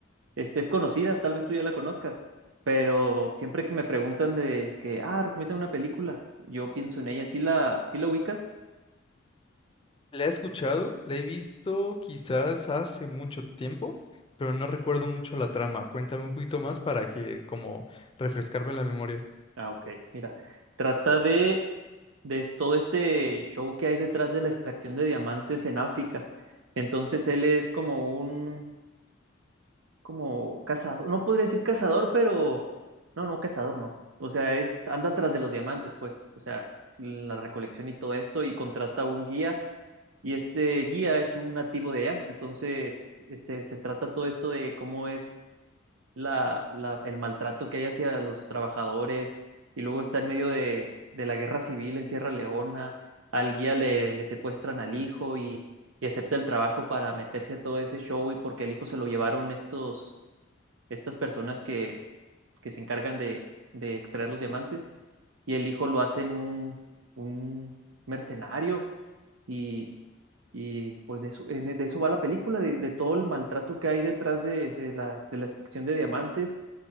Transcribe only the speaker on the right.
este, es conocida, tal vez tú ya la conozcas, pero siempre que me preguntan de que, ah, recomienda una película, yo pienso en ella, ¿sí la, sí la ubicas?
Ah, ok, mira, trata de, de todo este show que hay detrás de la extracción de diamantes en África. Entonces él es como un, como cazador, no podría decir cazador, pero, no, no, cazador no. O sea, es, anda tras de los diamantes, pues, o sea, la recolección y todo esto, y contrata a un guía Y este guía es un nativo de allá, entonces este, se trata todo esto de cómo es la, la- el maltrato que hay hacia los trabajadores y luego está en medio de, de la guerra civil en Sierra Leona, al guía le, le secuestran al hijo y, y acepta el trabajo para meterse a todo ese show y porque al hijo se lo llevaron estos, estas personas que, que se encargan de, de extraer los diamantes y el hijo lo hacen un, un mercenario y y pues de eso, en- de eso va la película, de, de todo el maltrato que hay detrás de, de la, de la extracción de diamantes.